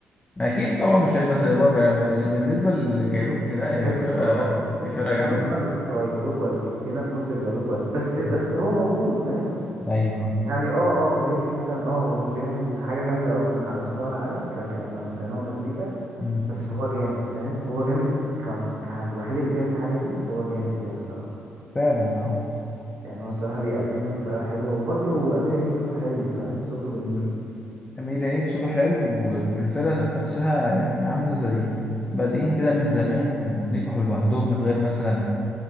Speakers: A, on the left; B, on the right.
A: اكيد طبعا مش هيبقى زي بره يعني
B: هو بره
A: بس بالنسبه للكايروكي لا هي
B: تحس
A: فرقه
B: اه بتحس
A: هي فرقه جامده
B: له كواليتي شويه له كواليتي هنا في مصر بيبقى له كواليتي بس بس
A: مم.
B: هو موجود فاهم
A: ايوه
B: يعني اه اه كاريوكي مثلا اه هو مش بيعمل حاجة جامدة قوي على مستوى العالم ك ك- كنوع مزيكا
A: مم.
B: بس هو جامد فاهم هو جامد كم ك- الوحيد اللي بيعمل الحاجة دي هو جامد فيها الصراحة
A: فعلا اه
B: يعني هو الصراحة بيقدمها بطريقة حلوة وبرضه أمير عيد صوته حلو فاهم صوته جميل
A: امير عيد صوته حلو و- والفرقه ذات نفسها يعني عامله زي بادئين كده من زمان ونجحوا
B: مم.
A: لوحدهم من غير مثلا